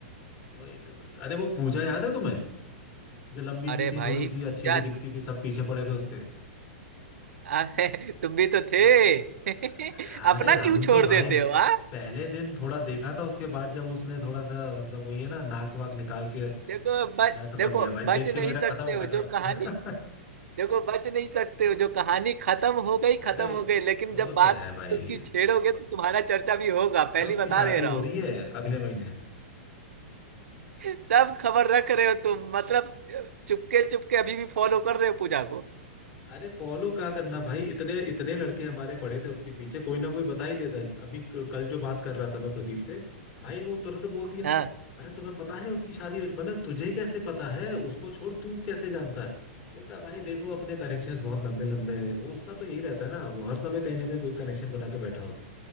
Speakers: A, on the left; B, on the right.
A: वही तो वही तो अरे वो पूजा याद है तुम्हें जो लंबी
B: अरे
A: सी थी
B: भाई
A: थोड़ी सी अच्छी
B: क्या
A: सी दिखती थी सब पीछे पड़े थे उसके
B: अरे, तुम भी तो थे
A: अरे
B: <laughs>
A: अरे
B: अपना
A: हम
B: क्यों छोड़
A: तो भाई
B: देते हो हाँ
A: पहले दिन थोड़ा देखा था उसके बाद जब उसने थोड़ा सा मतलब वही है ना नाक वाक निकाल के
B: देखो
A: तो
B: बच
A: मैं समझ
B: देखो
A: गया भाई
B: बच
A: देख
B: नहीं
A: के मेरा
B: सकते
A: खत्म हो
B: हो
A: गया
B: जो कहानी
A: था <laughs>
B: देखो बच नहीं सकते हो जो कहानी खत्म हो गई
A: अरे
B: खत्म
A: वो
B: हो गई लेकिन
A: वो
B: जब बात
A: तो है भाई
B: उसकी छेड़ोगे तो तुम्हारा चर्चा भी होगा
A: भाई
B: पहली
A: उसकी
B: बता
A: शादी
B: दे रहा
A: हो
B: हूँ
A: रही है अगले महीने
B: सब खबर रख रहे हो तुम मतलब चुपके चुपके अभी भी फॉलो कर रहे हो पूजा को
A: अरे फॉलो क्या करना भाई इतने इतने लड़के हमारे पड़े थे उसके पीछे कोई ना कोई बता ही देता है अभी क- कल जो बात कर रहा था मैं प्रदीप से भाई वो तुरंत बोल दिया
B: हाँ
A: अरे तुम्हें पता है उसकी शादी हो- मतलब तुझे कैसे पता है उसको छोड़ तू कैसे जानता है बोलता है, भाई देखो अपने कनेक्शंस बहुत लंबे लंबे हैं वो उसका तो यही रहता है ना वो हर समय कहीं ना कहीं कोई कनेक्शन बना के बैठा होता